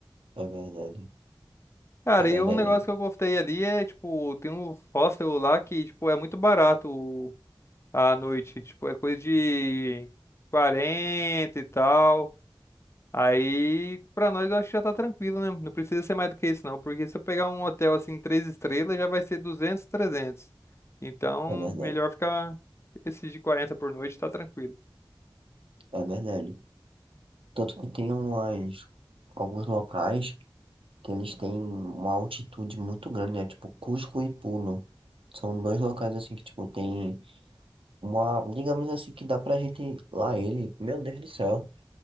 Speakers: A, on the right (about 85°); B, on the left (about 30°).
A: É verdade.
B: Cara,
A: É verdade.
B: e um negócio que eu gostei ali é, tipo, tem um hostel lá que, tipo, é muito barato o- a noite. Tipo, é coisa de 40 e tal. Aí, pra nós, eu acho que já tá tranquilo, né? Não precisa ser mais do que isso, não. Porque se eu pegar um hotel, assim, três estrelas, já vai ser 200 trezentos Então,
A: É verdade.
B: melhor ficar esses de 40 por noite, tá tranquilo.
A: É verdade. Tanto que tem umas... alguns locais que eles têm uma altitude muito grande, né? Tipo, Cusco e Puno. São dois locais assim que, tipo, tem uma, digamos assim, que dá pra gente lá ele. Meu Deus do céu.